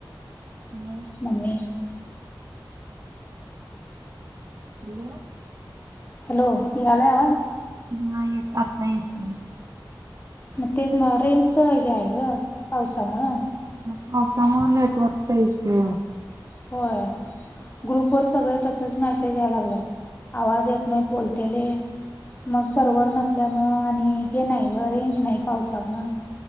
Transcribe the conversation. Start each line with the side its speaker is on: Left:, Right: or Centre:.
Right: मग
Left: मम्मी हाय
Right: हॅलो
Left: हॅलो येय आलंय आवाज
Right: नाही येत आता येत नाही
Left: मग तेच म रेंच हे आहे ग पावसामुळं
Right: पावसामुळे नेटवर्क चा इशू
Left: होय ग्रुप वर सगळे तसंच मेसेज यायला लागलात आवाज येत नाहीत बोलतेले मग सर्वर नसल्यामुळं आणि हे नाही ग रेंज नाही पावसामुळं